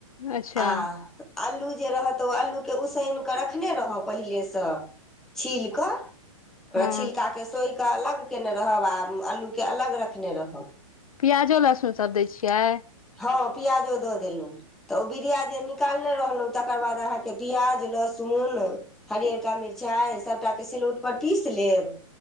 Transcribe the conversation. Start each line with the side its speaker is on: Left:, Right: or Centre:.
Left: अच्छा
Centre: आ आल्लू जे रहऽ तऽ ओ आल्लूके उसैन कऽ रखने रहब पहिलेसँ छील कऽ ओकरा
Left: हँ
Centre: छिलकाके सोहि कऽ अलग कयने रहब आ अल्लूकेँ अलग रखने रहब
Left: प्याजो लहसुन सभ दै छियै
Centre: हँ पियाजो दऽ देलहुँ तऽ ओ बीरिया जे निकालने रहलहुँ तकर बाद अहाँके प्याज लहसुन हरिअरका मिरचाइ सभटाके सिलौटपर पीस लेब